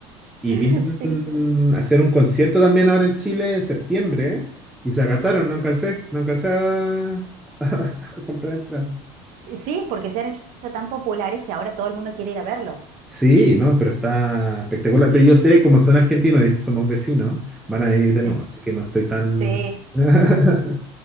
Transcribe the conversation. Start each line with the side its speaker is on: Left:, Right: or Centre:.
Centre: Y
Right: <laughs>
Centre: vienen
Right: sí, sí.
Centre: a hacer un concierto también ahora en Chile en septiembre y se agataron, no alcancé, no alcancé a, <laughs> a comprar entradas.
Right: Sí, porque se han hecho tan populares que ahora todo el mundo quiere ir a verlos.
Centre: Sí, no, pero está espectacular. Pero yo sé, como son argentinos y somos vecinos, van a venir de
Right: Sí.
Centre: nuevo, así que no estoy tan...
Right: Sí,
Centre: <laughs>